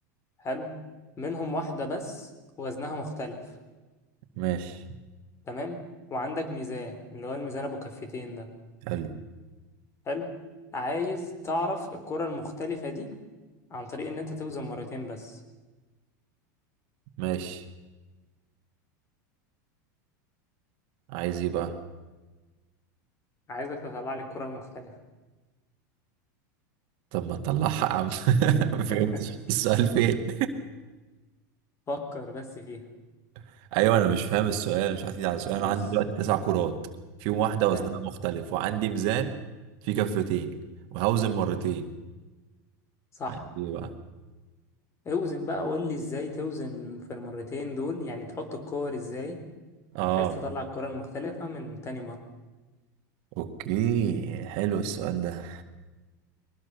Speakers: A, on the left; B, on the right.
A: حلو منهم واحدة بس وزنها مختلف
B: ماشي
A: تمام وعندك ميزان اللي هو الميزان ابو كفتين ده
B: حلو
A: حلو عايز تعرف الكرة المختلفة دي عن طريق ان انت توزن مرتين بس
B: ماشي عايز ايه بقى
A: عايزك تطلع لي الكرة المختلفة
B: طب ما تطلعها يا عم <laughs> ما
A: <laughs>
B: فهمتش السؤال فين
A: فكر بس فيها
B: <laughs> ايوه انا مش فاهم السؤال أنا مش عارف على السؤال انا
A: بص
B: عندي دلوقتي تسع كرات فيهم واحدة وزنها
A: حلو
B: مختلف وعندي ميزان فيه كفتين وهوزن مرتين
A: صح
B: عندي ايه بقى
A: اوزن بقى قول لي ازاي توزن في المرتين دول يعني تحط الكور ازاي
B: اه
A: بحيث تطلع الكرة المختلفة من تاني مرة
B: اوكي حلو السؤال ده